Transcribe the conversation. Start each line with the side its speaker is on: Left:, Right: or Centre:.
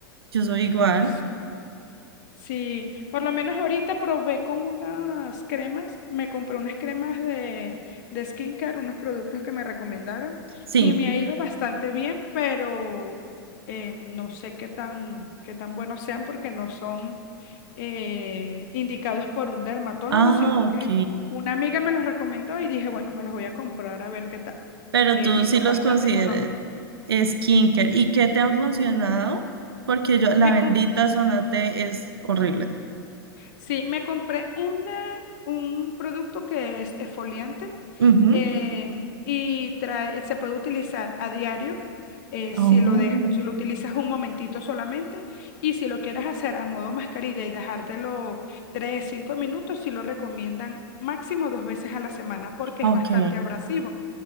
Right: yo soy igual,
Left: Sí. Sí, por lo menos ahorita probé con unas cremas, me compré unas cremas de, de skincare, unos productos que me recomendaron
Right: sí,
Left: y me ha ido bastante bien, pero eh, no sé qué tan, qué tan buenos sean porque no son eh, indicados por un dermatólogo,
Right: ah,
Left: sino que
Right: ok,
Left: una amiga me los recomendó y dije, bueno, me los voy a comprar a ver qué tal.
Right: pero
Left: eh,
Right: tú
Left: y
Right: sí
Left: son
Right: los
Left: bastante
Right: consideras
Left: económicos.
Right: skincare, ¿y qué te han funcionado? Porque yo, la
Left: Me
Right: bendita zona T es horrible.
Left: Sí, me compré una, un producto que es exfoliante
Right: Ujú.
Left: em, y trae- se puede utilizar a diario eh,
Right: Oh,
Left: si lo de- si lo utilizas un momentito solamente y si lo quieres hacer a modo mascarilla y dejártelo tres 5 minutos, si lo recomiendan máximo dos veces a la semana porque
Right: ok.
Left: es bastante abrasivo,